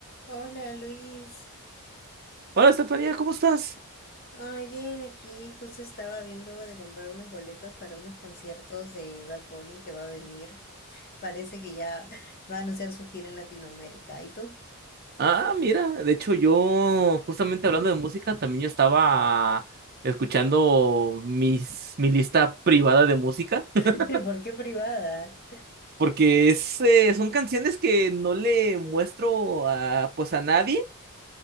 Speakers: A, on the left; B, on the right.
A: Hola Luis.
B: Hola, Estefanía, ¿cómo estás?
A: Ay, bien, aquí justo estaba viendo de comprar unos boletos para unos conciertos de Bad Bunny que va a venir. Parece que ya <laughs> va a anunciar su gira en Latinoamérica. ¿Y tú?
B: Ah, mira, de hecho yo, justamente hablando de música, también yo estaba escuchando mis, mi lista privada de música,
A: <laughs>
B: <laughs>
A: ¿Por qué privada?
B: porque es, eh, son canciones que no le muestro a, pues a nadie,